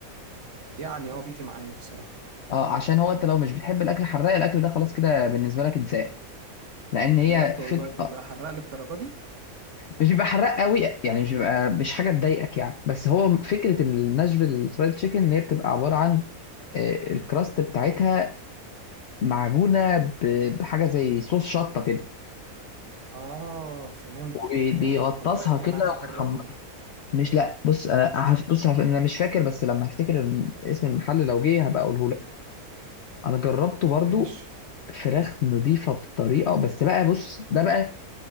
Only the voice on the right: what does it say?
يعني هو بيجي معايا بصراحة
بجد
والله بيبقى
حراق للدرجة دي
اه فهمتك
فهمتك طب ده ايه
انا عايز اجربه
ده
ماشي